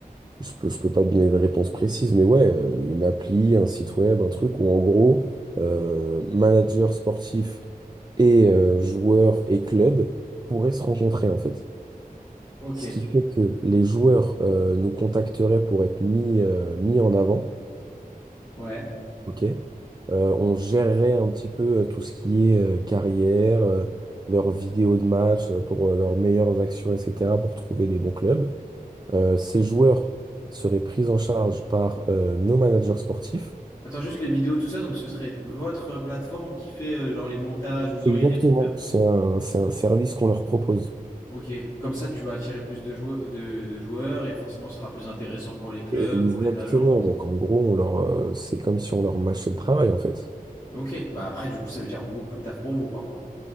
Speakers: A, on the right; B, on the left.
A: Je peux, je peux pas te donner de réponse précise, mais ouais, euh, une appli, un site web, un truc où en gros, euh, manager sportif et euh, joueurs et clubs pourraient se rencontrer en fait.
B: Ok.
A: Ce qui fait que les joueurs euh, nous contacteraient pour être mis, euh, mis en avant,
B: Ouais.
A: ok? Euh, on gérerait un petit peu euh, tout ce qui est euh, carrière, euh, leurs vidéos de match euh, pour euh, leurs meilleures actions, etc., pour trouver des bons clubs. Euh, ces joueurs seraient pris en charge par euh, nos managers sportifs.
B: Attends, juste les vidéos, tout ça, donc ce serait votre plateforme qui fait euh, genre les montages, vous auriez
A: Exactement.
B: des monteurs, tout
A: C'est
B: ça?
A: un, c'est un service qu'on leur propose.
B: Ok, comme ça tu vas attirer plus de joueurs, de, de joueurs et forcément ce sera plus intéressant pour les clubs,
A: Exactement.
B: pour les agents, tout ça.
A: Donc en gros, on leur, euh, c'est comme si on leur mâchait le travail en fait.
B: Ok, bah après du coup ça veut dire beaucoup de taf pour vous par contre.